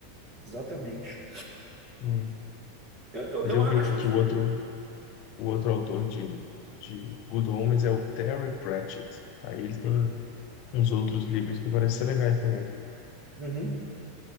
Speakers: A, on the right; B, on the left.
A: exatamente.
B: Hum.
A: Eu,
B: Mas
A: eu, eu
B: eu
A: acho
B: vi aqui que
A: que.
B: o outro O outro autor de, de Good Omens é o Terry Pratchett. Aí ele tem uns outros livros que parecem ser legais também.
A: Uhum.